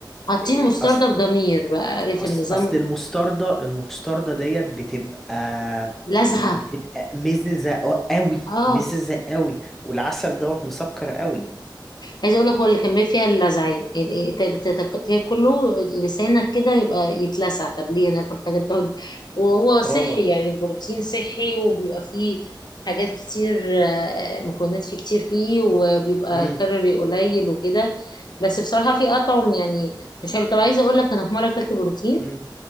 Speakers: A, on the left; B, in the centre.
A: حاطين
B: إيه،
A: مستردة
B: اصل
A: بضمير بقى عارف
B: أصل
A: النظام
B: أصل المستردة المستردة ديت بتبقى
A: لزعة
B: بتبقى مززة قوي
A: اه
B: مززة قوي والعسل دوت مسكر قوي
A: عايزه اقول لك هو اللي كان بيبقى فيها اللزعين يعني إيه، ت- ت- تاكله لسانك كده يبقى يتلسع طب ليه ناكل حاجه تقعد <laughs> وهو صحي
B: اه
A: يعني البروتين صحي وبيبقى فيه حاجات كتير آه، مكونات فيه كتير فيه وبيبقى
B: امم
A: كالوري قليل وكده بس بصراحه في اطعم يعني مش عارف طب عايزه اقول لك انا في مره اكلت بروتين
B: امم